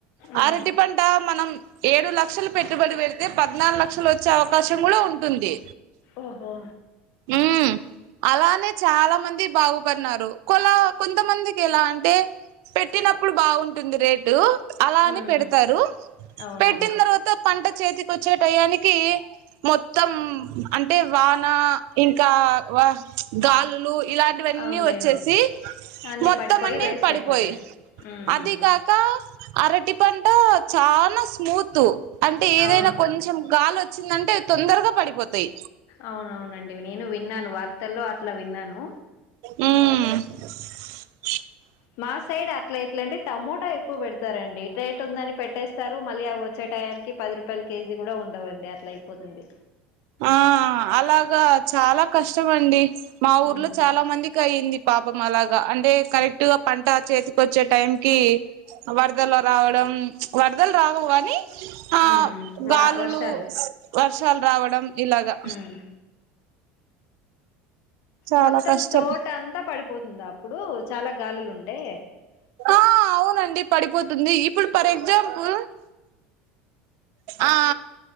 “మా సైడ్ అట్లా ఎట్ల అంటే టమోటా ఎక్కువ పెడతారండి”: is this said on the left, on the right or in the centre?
Left